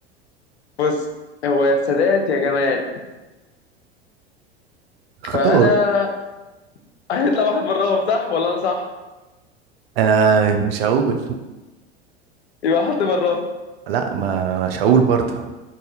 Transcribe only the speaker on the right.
اختار
آه مش هقول
لا ما مش هقول برضه